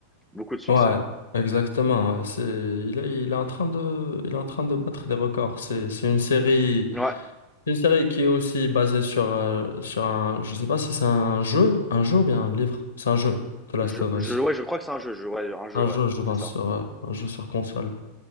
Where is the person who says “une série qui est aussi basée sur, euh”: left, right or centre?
Left